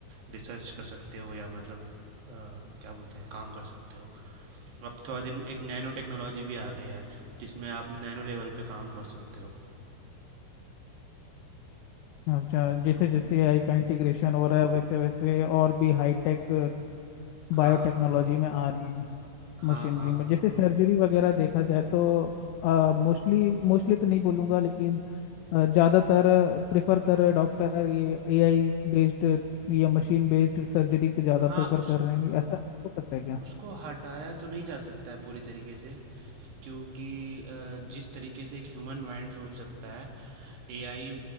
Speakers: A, on the right (about 60°); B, on the left (about 85°).
A: रिसर्च कर सकते हो या मतलब अ, क्या बोलते हैं काम कर सकते हो अब थोड़ा दिन एक नैनो टेक्नोलॉजी भी आ गया है जिसमें आप नैनो लेवल पे काम कर सकते हो
B: अच्छा जैसे
A: तो
B: जैसे आई का इंटीग्रेशन हो रहा है वैसे वैसे और भी हाईटेक
A: हाँ
B: बायोटेक्नोलॉजी में आ रही है
A: हाँ
B: मशीनरी
A: हाँ
B: में जैसे सर्जरी वगैरह देखा जाए तो मोस्टली मोस्टली तो नहीं बोलूँगा लेकिन अ, ज़्यादातर प्रेफर कर रहे डॉक्टर ये एआई बेस्ड या मशीन बेस्ड सर्जरी के ज़्यादा
A: हाँ
B: प्रेफर
A: उस
B: कर रहे हैं ऐसा आपको पता है क्या
A: उसको हटाया तो नहीं जा सकता है पूरी तरीके से क्योंकि अ, जिस तरीके से एक ह्यूमन माइंड सोच सकता है एआई